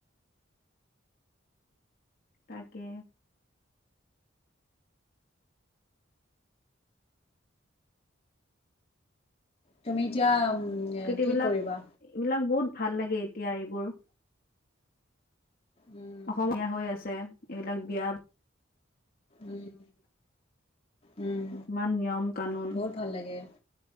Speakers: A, on the left; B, on the left.
A: তাকে,
B: তুমি, এতিয়া
A: সংস্কৃতি
B: কি
A: বিলাক,
B: কৰিবা
A: বিলাক বহুত ভাল লাগে এতিয়া, এইবোৰ।
B: উম,
A: অসমীয়া হৈ আছে, এইবিলাক বিয়াত
B: উম, উম,
A: ইমান নিয়ম কানুন
B: বহুত ভাল লাগে,